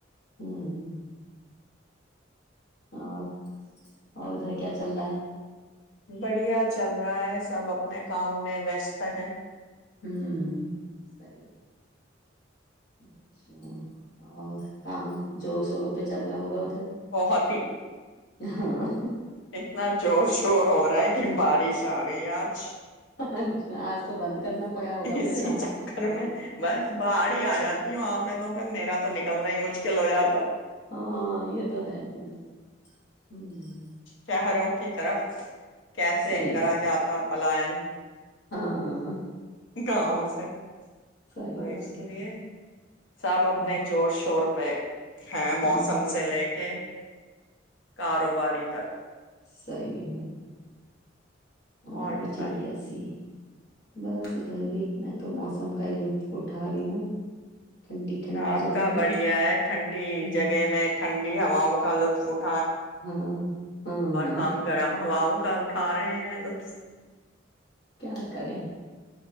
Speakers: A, on the left (about 55°); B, on the left (about 70°).
A: ہ <inaudible> ہاں اور بتائے کیا چل رہا ہے
B: بڑھیا چل رہا ہے سب اپنے کام میں ویست ہیں
A: ہ سی بات اچھا اور کام جو سوگ پہ چل رہا ہوگا ادھر
B: بہت ہی
A: ہاں
B: اتنا جوش وو روح رہا ہے کہ بارش آگ گئی آج
A: اچھا آج تو بند کرنا پڑا ہوگا
B: اسی
A: پھر کام
B: چکر میں بس باہر ہی آ جاتی ہوں وہاں پہ تو پھر میرا تو نکلنا ہی مشکل ہو جاتا تو
A: ہاں یہ تو ہے خیر ہمم
B: شہروں کی طرف کیسے
A: صحیح
B: کرا
A: بات
B: جاتا پلائن <inaudible>
A: ہاں
B: گاؤ سے
A: صحیح
B: تو اس
A: بات
B: لیے
A: ہے
B: سب اپنے
A: ہمم
B: زور شور پ ہ موسم
A: ہمم ہمم
B: سے لے کے کاروباری تک
A: صیح ہے ہونا
B: اور بتائیے
A: بھی چاہیے ای س بس ادھر بھی میں تو موسم کا ہی لطف اٹھا رہی ہوں ٹھنڈی ٹھنڈی
B: آپ
A: جگہ
B: کا
A: میں
B: بڑھیا ہے ٹھنڈی
A: ہمم
B: جگہ میں ٹھنڈ ہاؤ کلو فٹ <unintelligible>
A: ہاں ہاں
B: ہم گرم ہواؤں کا اٹھا رہے ہیں لطف
A: کیا کریں